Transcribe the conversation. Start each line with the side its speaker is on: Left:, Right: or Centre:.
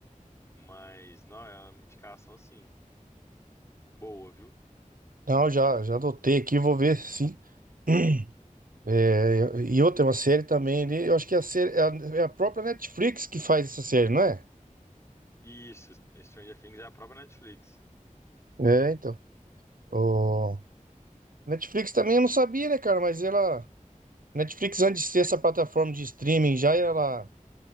Left: Mas, não, é uma indicação, assim, boa, viu?
Right: Não, já, já adotei aqui, vou ver, sim. <clears throat> É, e outra, é uma série também ali, eu acho que é a, série, é a é a própria Netflix que faz essa série, não é?
Left: Isso, Stranger Things é a própria Netflix.
Right: É, então. O Netflix também eu não sabia, né, cara? Mas ela. Netflix, antes de ser essa plataforma de streaming, já ela,